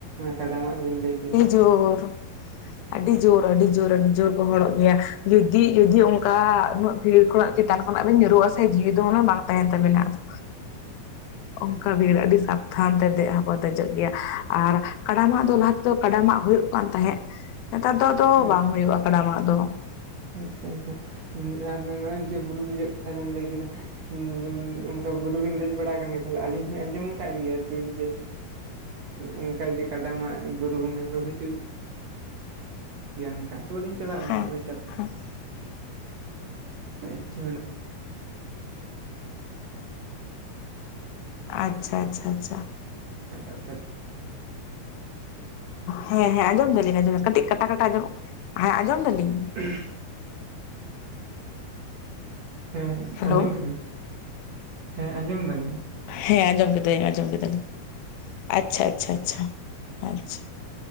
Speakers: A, on the right; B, on the left.
A: ᱠᱟᱰᱟᱢᱟᱜ ᱵᱤᱱ ᱞᱟᱹᱭ ᱠᱮᱫᱟ᱾
B: ᱦᱨ <unintelligible> ᱟᱹᱰᱤ ᱡᱳᱨ ᱟᱹᱰᱤ ᱡᱳᱨ ᱟᱹᱰᱤ ᱡᱳᱨ ᱠᱚ ᱦᱚᱲᱚᱜ ᱜᱮᱭᱟ ᱡᱩᱫᱤ ᱡᱩᱫᱤ ᱚᱱᱠᱟ ᱩᱱᱟᱼᱼ ᱵᱷᱤᱲ ᱠᱷᱚᱱᱟᱜ ᱪᱮᱛᱟᱱ ᱠᱷᱚᱱᱟᱜ ᱵᱤᱱ ᱧᱩᱨᱩᱜᱼᱟ ᱥᱮ ᱡᱤᱣᱤ ᱫᱚ ᱚᱱᱟ ᱵᱟᱝ ᱛᱟᱦᱮᱱ ᱛᱟᱵᱤᱱᱟ ᱟᱫᱚᱼᱼ ᱚᱱᱠᱟ ᱵᱷᱤᱲ ᱟᱹᱰᱤ ᱥᱟᱵᱫᱷᱟᱱ ᱛᱮ ᱫᱮᱡ ᱦᱚᱸᱠᱚ ᱫᱮᱡᱚᱜ ᱜᱮᱭᱟ ᱟᱨ ᱠᱟᱰᱟᱢᱟᱜ ᱫᱚ ᱞᱟᱦᱟᱼᱼ ᱫᱚ ᱠᱟᱰᱟᱢᱟᱜ ᱦᱩᱭᱩᱜ ᱠᱟᱱ ᱛᱟᱦᱮᱸᱫ ᱱᱮᱛᱟᱨ ᱫᱚ ᱟᱫᱚ
A: ᱟᱪᱪᱷᱟ
B: ᱵᱟᱝ ᱦᱩᱭᱩᱜᱼᱟ ᱠᱟᱰᱟᱢᱟᱜ ᱫᱚ᱾
A: ᱟᱪᱪᱷᱟ ᱪᱷᱟ ᱟᱨ ᱱᱚᱜᱼᱚᱭ ᱡᱮ ᱵᱩᱨᱩ ᱫᱮᱡᱚᱜ ᱠᱟᱛᱷᱟ ᱵᱮᱱ ᱞᱟᱹᱭ ᱠᱮᱫᱟ᱾ ᱦᱸ ᱚᱱᱠᱟ ᱵᱩᱨᱩᱵᱤᱱ ᱫᱮᱡ ᱵᱟᱲᱟ ᱟᱠᱟᱱ ᱜᱮᱭᱟ ᱛᱟᱦᱚᱞᱮ ᱟᱹᱞᱤᱧ ᱦᱚᱞᱤᱧ ᱟᱸᱡᱚᱢ ᱟᱠᱟᱫ ᱜᱮᱭᱟ ᱛᱚ ᱡᱮᱼᱼ ᱚᱱᱠᱟᱜᱮ ᱠᱟᱰᱟ ᱢᱟᱜ ᱵᱩᱨᱩ ᱵᱚᱸᱜᱟ ᱠᱚ ᱦᱩᱭᱩᱜᱼᱼ ᱜᱮᱭᱟ ᱚᱸᱠᱟ ᱛᱚᱵᱮᱧ ᱪᱟᱞᱟᱜ ᱠᱟᱱᱟ
B: ᱦᱮᱸ
A: ᱛᱚᱵᱮᱼᱼ
B: ᱦᱮᱸ <unintelligible>
A: ᱤᱪᱷᱟᱹ ᱵᱟᱱᱼᱼ
B: ᱟᱪᱷᱟ ᱟᱪᱷᱟ ᱪᱷᱟ ᱪᱷᱟ
A: ᱟᱪᱷᱟ <inaudible>
B: ᱦᱮᱸ ᱦᱮᱸ ᱟᱸᱡᱚᱢ ᱫᱟᱞᱤᱧ ᱟᱸᱡᱚᱢᱫᱟ ᱠᱟᱹᱴᱤᱡ ᱠᱟᱴᱟ ᱠᱟᱴᱟ ᱟᱸᱡᱚᱢ ᱦᱮᱸ ᱟᱸᱡᱚᱢ ᱫᱟᱞᱤᱧᱼᱼ
A: ᱦ <unintelligible> ᱦᱮᱸ
B: ᱦᱮᱞᱳ
A: ᱟᱸᱡᱚᱢ ᱠᱮᱫᱟᱹᱧ ᱦᱮᱸ ᱟᱸᱡᱚᱢ ᱫᱟᱞᱤᱧ?
B: ᱦᱮᱸ ᱟᱸᱡᱚᱢ ᱠᱮᱫᱟᱹᱧ ᱟᱸᱡᱚᱢ ᱠᱮᱫᱟᱹᱞᱤᱧ ᱟᱪᱪᱷᱟ ᱟᱪᱷᱟ ᱪᱷᱟ ᱪᱷᱟ